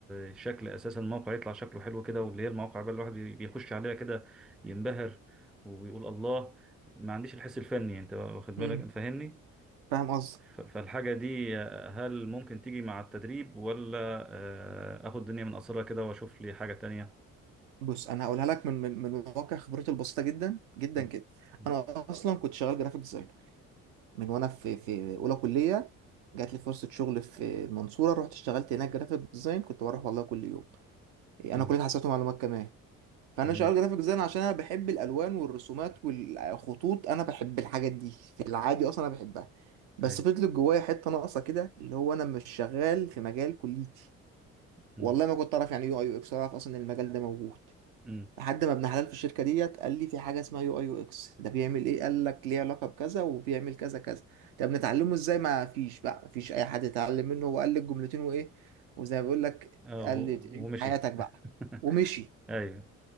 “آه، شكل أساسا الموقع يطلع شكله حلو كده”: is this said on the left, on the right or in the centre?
Centre